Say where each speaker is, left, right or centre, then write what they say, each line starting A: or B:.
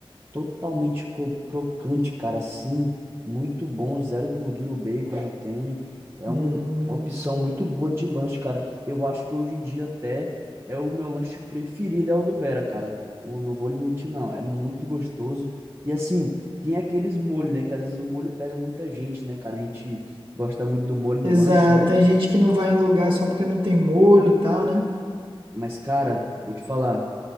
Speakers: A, on the right (about 25°); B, on the right (about 60°).
A: totalmente co- crocante, cara, assim, muito bom, zero gordura o bacon não tem. É
B: Hum.
A: um- uma opção muito boa de lanche, cara. Eu acho que hoje em dia até é o meu lanche preferido, é o do Bera, cara. O, não vou limitar não. É muito gostoso. E assim, tem aqueles molhos, né? Que às vezes o molho pega muita gente, né, cara? A gente gosta muito do molho no
B: Exato,
A: lanche, né?
B: tem gente que não vai em lugar só porque não tem molho e tal, né?
A: Mas, cara, vou te falar.